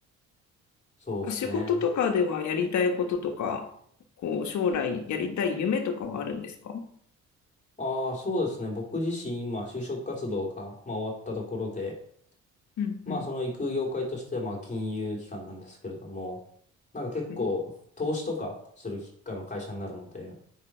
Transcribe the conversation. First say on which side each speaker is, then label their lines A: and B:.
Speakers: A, on the left; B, on the left.
A: そうですね。
B: 仕事とかではやりたいこととか、こう将来やりたい夢とかはあるんですか
A: ああ、そうですね。僕自身今、就職活動が、まあ、終わったところで、
B: うんうん
A: まあ、その行く業界としては、まあ、金融機関なんですけれども、なんか結構、
B: うん
A: 投資とかするきあの会社になるので、